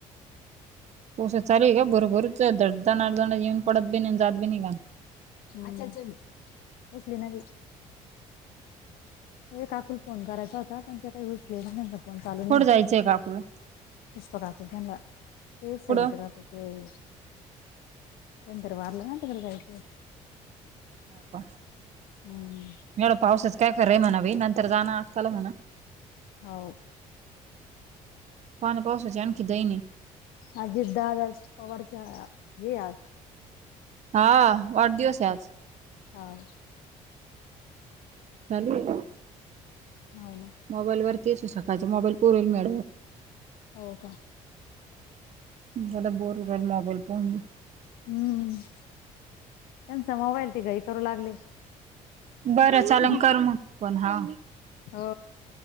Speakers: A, on the right; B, on the left.
A: पाऊस चालू आहे का बरोबरच आहे दना दन येऊन पडत बीन जात बी नाय.
B: अच्छा अच्छा अच्छा पोचले ना? ते काकुल फोन करायचा होता पण ते काय उचलिना त्यांचा फोन चालू
A: कुठं
B: नाय.
A: जायचंय का आपलं
B: कीस्ता राहतो त्यांना तेच
A: कुठं हो
B: <inaudible> कोण तर वारलं ना तिकड जायचय.
A: हाव का
B: हम्म
A: एवढ्या पावसाच काय खरय म्हणा बाई नंतर जा ना अक्काला म्हणा.
B: हाव.
A: पाना पावची आणखी दैनी.
B: अजित दाद पवारच्या हे हाय आज.
A: हा वाढदिवस हाय आज.
B: हाव.
A: चालू ए?
B: हाव ना.
A: मोबाईलवरती येतो सकाळचं मोबाईल पुरीला
B: हो का?
A: मला बोर होऊ राहील मोबाईल पाऊण.
B: हम्म त्यांचा मोबाईल ते काय करू लागले?
A: बरं
B: <inaudible>
A: चालन कर मग पण हा
B: हो